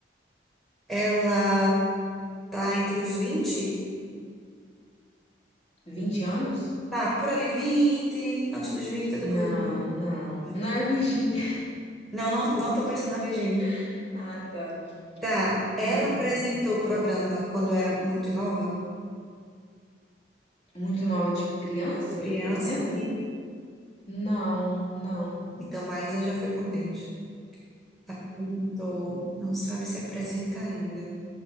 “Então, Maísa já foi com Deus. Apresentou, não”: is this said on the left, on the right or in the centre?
Centre